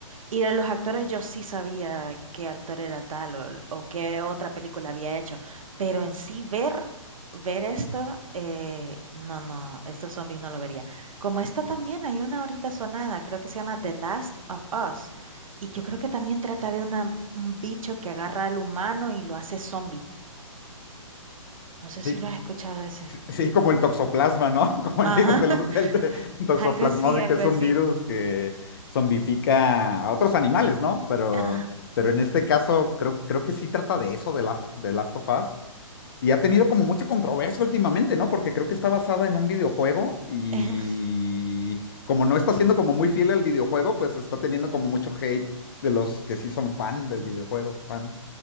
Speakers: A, on the right (about 80°); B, on the left (about 45°).
A: Y de los actores, yo sí sabía qué actor era tal o, o qué otra película había hecho, pero en sí ver, ver esto, eh, no, no, estos zombies no lo vería. Como esta también hay una ahorita sonada, creo que se llama The Last of Us, y yo creo que también trata de una, un bicho que agarra al humano y lo hace zombie. No sé
B: ¿Y
A: si lo has escuchado ese.
B: Sí, como el toxoplasma, ¿no? <laughs> Como el
A: Ajá,
B: virus de
A: <laughs>
B: los- del de- toxoplasmosis,
A: algo así, algo
B: que es
A: así.
B: un virus que zombifica a otros animales, ¿no? Pero,
A: Ajá.
B: pero en este caso creo, creo que sí trata de eso, de, Last- de Last of Us. Y ha tenido como mucha controversia últimamente, ¿no? Porque creo que está basada en un videojuego y
A: <laughs>
B: como no está siendo como muy fiel al videojuego, pues está teniendo como mucho hate de los que sí son fan del videojuego, fans.